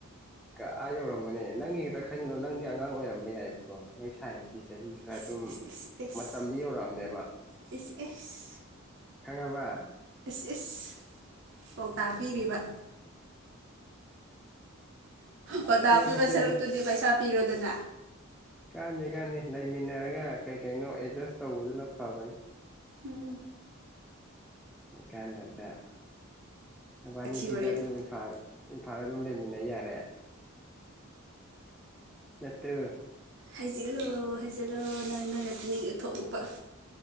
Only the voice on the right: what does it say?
ꯏꯁ
ꯏꯁ ꯏꯁ ꯏꯁ
ꯏꯁ ꯏꯁ
ꯏꯁꯁ ꯄꯥꯎꯇꯥꯛ ꯄꯤꯔꯤꯕ ꯄꯥꯎꯇꯥꯛ
ꯄꯤꯕ
ꯁꯔꯨꯛꯇꯨꯗꯤ ꯄꯩꯁꯥ ꯄꯤꯔꯣꯗꯅ
ꯎꯝ
ꯋꯥꯊꯤ ꯋꯥꯔꯦꯝ
ꯍꯩꯖꯤꯜꯂꯨ ꯍꯩꯖꯤꯜꯂꯨ ꯅꯣꯏ ꯅꯣꯏꯅ ꯇꯤꯅꯤꯊꯣꯛꯎꯄ